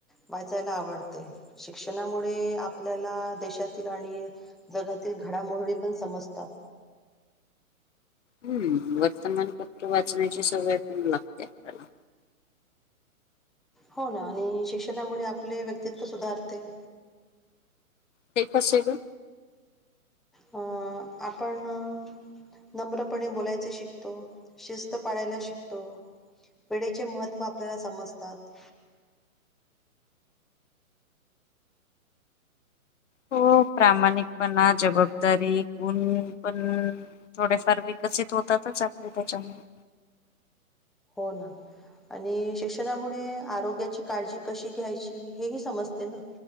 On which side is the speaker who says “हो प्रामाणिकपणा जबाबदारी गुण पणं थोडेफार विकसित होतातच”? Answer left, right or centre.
Left